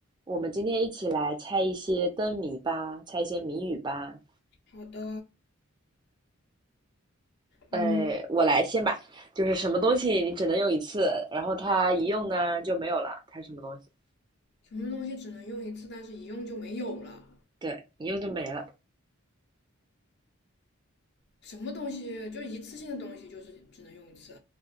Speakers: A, on the right; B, on the left.
A: 我们今天一起来猜一些灯谜吧，猜一些谜语吧。
B: 好的，
A: 呃，
B: 嗯，
A: 我来先吧，就是什么东西你只能用一次，然后它一用呢就没有了，它什么东西？
B: 什么东西只能用一次，但是一用就没有了？
A: 对，一用就没了，
B: 什么东西就一次性的东西，就是只能用一次，